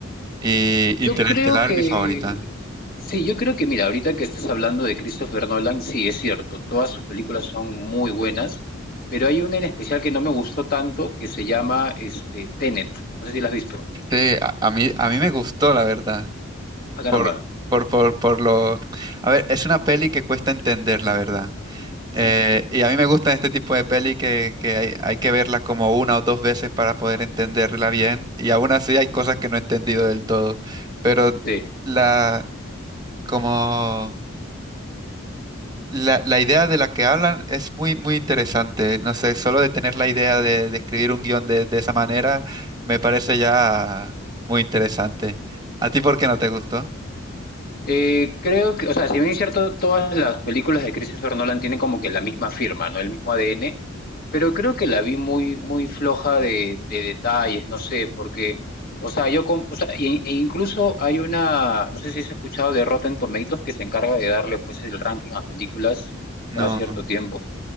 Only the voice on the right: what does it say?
Y
Interestelar,
mi favorita.
Sí, a, a mí, a mí me gustó, la verdad.
Por, por, por, por lo... A ver, es una peli que cuesta entender, la verdad. Eh,
y a mí me gustan este tipo de peli que, que hay, hay que verla como una o dos veces para poder entenderla bien. Y aún así hay cosas que no he entendido del todo. Pero
la, como la, la idea de la que hablan es muy, muy interesante. No sé, solo de tener la idea de, de escribir un guión de, de esa manera me parece ya muy interesante. ¿A ti por qué no te gustó?
No,